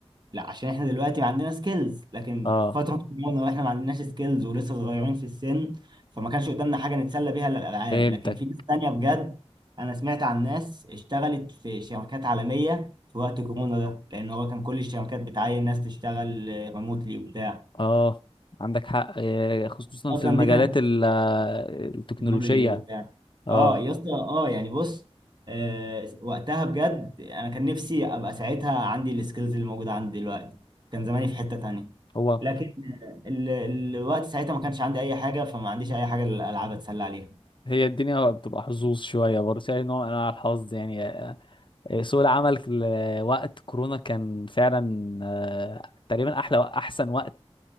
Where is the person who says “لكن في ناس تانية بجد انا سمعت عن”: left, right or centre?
Right